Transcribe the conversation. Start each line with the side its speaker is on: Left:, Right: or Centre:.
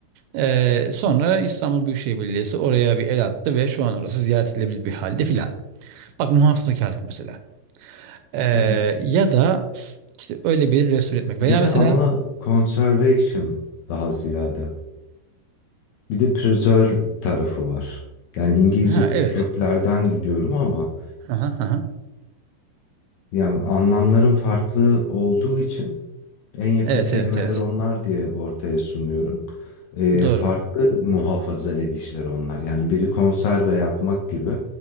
Right: E, sonra İstanbul Büyükşehir Belediyesi oraya bir el attı ve şu an orası ziyaret edilebilir bir halde filan. Bak muhafazakarlık mesela. Ee,
Left: Hı hı.
Right: ya da işte öyle bir resul etmek.
Left: Biri
Right: Veya mesela
Left: ama conservation daha ziyade. Bir de preserve tarafı var. Yani İngilizce
Right: ha evet.
Left: köklerden gidiyorum ama
Right: Aha, aha.
Left: yani anlamların farklı olduğu için en yakın
Right: Evet
Left: kelimeler
Right: evet evet.
Left: onlar diye ortaya sunuyorum. Ee,
Right: Doğru.
Left: farklı muhafaza edişler onlar. Yani biri konserve yapmak gibi